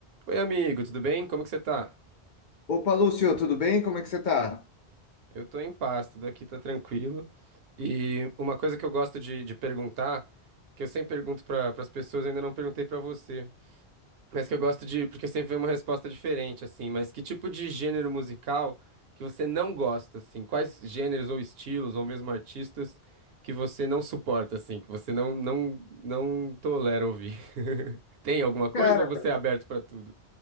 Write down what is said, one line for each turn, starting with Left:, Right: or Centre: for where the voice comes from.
Right: Oi, amigo, tudo bem? Como que você tá?
Left: Opa, Lúcio, tudo bem? Como é que você tá?
Right: Eu tô em paz, tudo aqui tá tranquilo. E uma coisa que eu gosto de, de perguntar, que eu sempre pergunto para as pessoas, eu ainda não perguntei pra você, mas que eu gosto de, porque sempre vem uma resposta diferente, assim, mas que tipo de gênero musical que você não gosta, assim? Quais gêneros ou estilos, ou mesmo artistas, que você não suporta, assim, que você não, não, não tolera ouvir? <laughs> Tem alguma coisa
Left: Cara,
Right: ou você é aberto pra tudo?